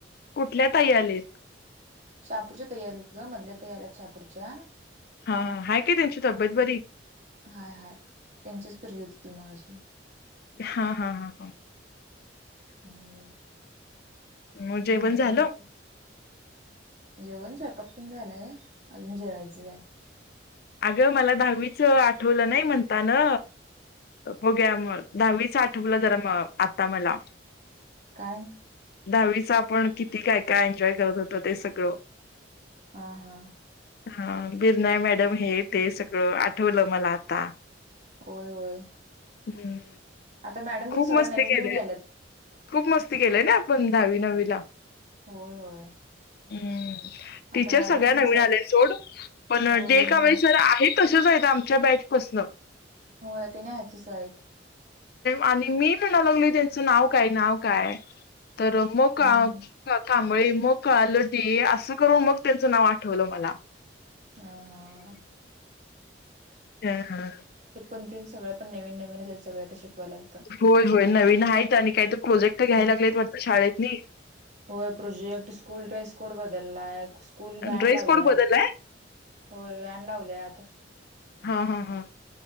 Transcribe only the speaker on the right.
शहापूरच्या तयारी आहेत ग मधल्या तयारी शहापूरच्या.
हाय हाय त्यांचीच प्रयुती. ती माझी
हो बर
आणि
काय म्हणतीस जेवण स्वयंपाक पण झालंय अजून जेवायचंच आहे.
काय?
हा हा
होय होय.
आता मॅडम
तिथे सगं
नवीन
नवीन आलेत.
होय होय
आता मॅडम
तेन
होय
नवीन
आल्यात.
होय ते नाही हचच आहेत.
हम्म.
हा हा
दन तीन सगळ पण नवीन नवीन सगळ शिकवाय लागतं.
आणि
होय प्रोजेक्ट स्कूल ड्रेस कोड बदललाय. कुल व्हॅन
लावल्यात
होय व्हॅन लावल्यात.